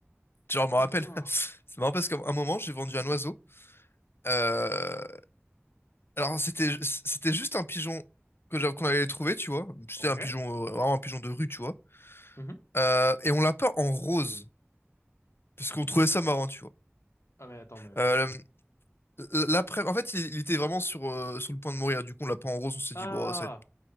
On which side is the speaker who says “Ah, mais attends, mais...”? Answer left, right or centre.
Left